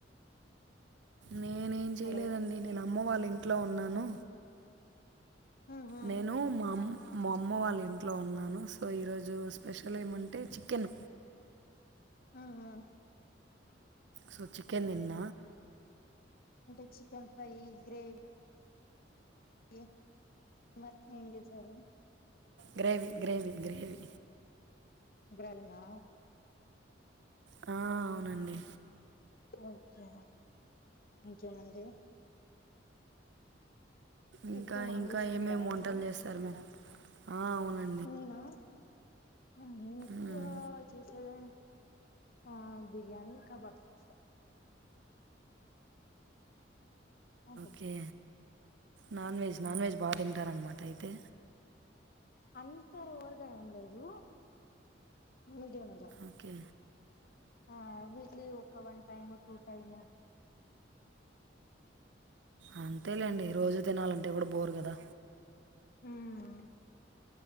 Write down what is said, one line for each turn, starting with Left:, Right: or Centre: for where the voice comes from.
Right: నేనేం చేయలేదండి
Left: హలో
Right: నేను అమ్మ వాళ్ళ ఇంట్లో ఉన్నాను
Left: ఉహు
Right: నేను మా అమ్ మా అమ్మ వాళ్ళ ఇంట్లో ఉన్నాను సో ఈరోజు స్పెషల్ ఏమంటే చికెన్
Left: ఆా
Right: సో చికె తిన్న
Left: అంటే చికెన్ ఫై గ్రేవి <unintelligible> <unintelligible> ఏం చేశారు
Right: గ్రేవి గ్రేవిీ గ్రేవిీ
Left: గ్రేవీ నా
Right: ఆ అవునండి
Left: ఓకే ఇంకేమండి
Right: ఇంకా
Left: ఎక్కువ నాన్
Right: ఇంకా
Left: వెజ్ తింటారా
Right: ఏమేమి వంటలు
Left: మీరు
Right: చేస్తారు మరి ఆ అవునండి
Left: నేనా నేను ఎక్కువ
Right: మ్మ్.
Left: చేసేద ఆ బిరియానీ కబాబ్స్ సౌండ్ తగ్గి
Right: కే నాన్ వెజ్ నాన్ వెజ్ బాగా తింటారన్నమాట అయితే
Left: అంత వర్ ఏం లేదు మీడియం గా
Right: ఓకే
Left: ఆ వీక్లీ ఒక వన్ టైమ్ టూ టైము
Right: అ తెేలేండి రోజు తినాలంటే ఇప్పుడు బోర్ కదా
Left: హ్మ్